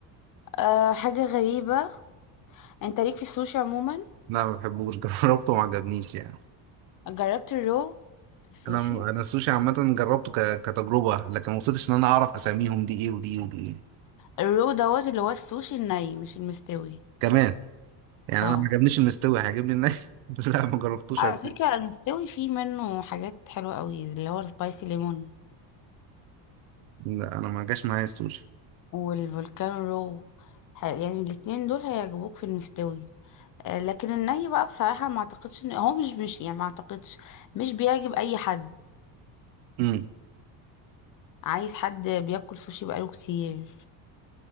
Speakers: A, on the left (about 40°); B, on the right (about 70°).
A: آه، حاجة غريبة انت ليك في السوشي عموما
B: لا ما بحبوش <laughs> جربته وما عجبنيش يعني
A: جربت الرو في السوشي
B: انا انا السوشي عامه جربته ك... كتجربه لكن ما وصلتش ان انا اعرف اساميهم دي ايه ودي ايه ودي ايه
A: الرو دوت اللي هو السوشي الني مش المستوي
B: كمان يعني
A: اه
B: انا ما عجبنيش المستوي هيعجبني الناي <laughs> لا ما جربتوش
A: على
B: قبل
A: فكرة
B: كده.
A: المستوي فيه منه حاجات حلوة قوي اللي هو السبايسي ليمون
B: لا انا ما جاش معايا السوشي
A: والفولكان رو ح- يعني الاتنين دول هيعجبوك في المستوي آه، لكن الني بقى بصراحة ما اعتقدش ان هو مش مش يعني ما اعتقدش مش بيعجب اي حد
B: امم
A: عايز حد بياكل سوشي بقاله كتير